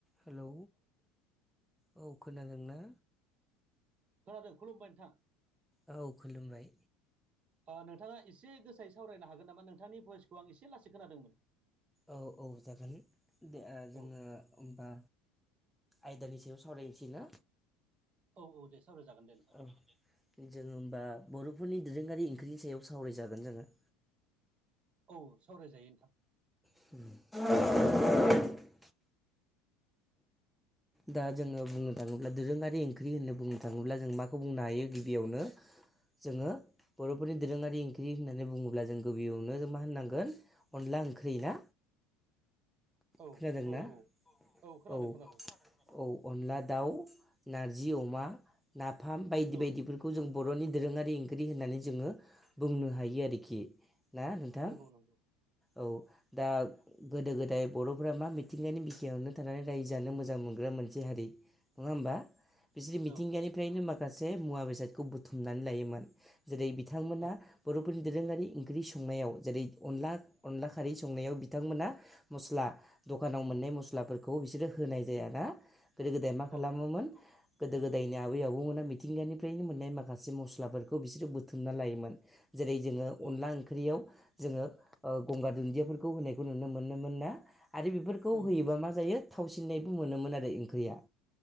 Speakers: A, in the centre; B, on the right (about 35°).
A: हेलौ औ खोनादोंना?
B: खोनादों खुलुमबाय नोंथां।
A: औ खुलुमबाय
B: ओ नोंथाङा एसे गोसायै सावरायनो हागोन नामा? नोंथांनि भयसखौ आं एसे लासै खोनादोंमोन।
A: औ औ जागोन दे ओ जोङो
B: औ
A: होमबा आयदानि सायाव सावरायनोसै ना?
B: औ औ दे, सावराय जागोन दे। नोंथां
A: औ। जोङो होमबा बर'फोरनि दोरोङारि ओंख्रिनि सायाव सावरायजागोन जोङो।
B: औ सावरायजायो नोंथां।
A: <inaudible> दा जोङो बुंनो थाङोब्ला दोरोङारि ओंख्रि होननानै बुंनो थाङोब्ला जों माखौ बुंनो हायो गिबियावनो जोङो बर'फोरनि दोरोङारि ओंख्रि होननानै बुङोब्ला जों गिबियावनो जों मा होननांगोन अनला ओंख्रि ना?
B: औ
A: खोनादोंना?
B: औ औ खोनादों
A: औ।
B: खोनादों
A: औ अनला दाउ, नारजि अमा, नाफाम बायदि
B: औ
A: बायदिफोर खौ जों बर'नि दोरोङारि ओंख्रि होननानै जोङो बुंनो हायो आरोखि ना नोंथां?
B: नंगौ नंगौ
A: औ दा गोदो गोदाय बर'फोरा मा मिथिंगानि बिखायावनो थानानै रायजो जानो मोजां मो मोनग्रा मोनसे हारि नङा होमबा? बिसोर मिथिंगानिफ्रायनो
B: औ औ
A: मा गासे मुवा बेसादखौ बुथुमनानै लायोमोन। जेरै बिथांमोना
B: औ
A: बर'फोरनि दोरोङारि ओंख्रि संनायाव जेरै अनला अनला खारै संनायाव बिथांमोना मस्ला दखानाव मोननाय मस्लाफोरखौ बिसोरो होनाय जायाना? गोदो गोदाय मा खालामोमोन
B: औ
A: गोदो गोदायनि आबै आबौमोना मिथिंगानिफ्रायनो मोननाय माखासे मस्लाफोरखौ बिसोरो बुथुमना लायोमोन। जेरै जोङो अनला
B: औ
A: ओं ओंख्रियाव जोङो गंगार दुन्दियाफोरखौ होनायखौ नुनो मोनोमोनना आरो बेफोर खौ
B: नंगौ
A: होयोबा मा जायो थावसिननायबो मोनोमोन आरो ओंख्रिया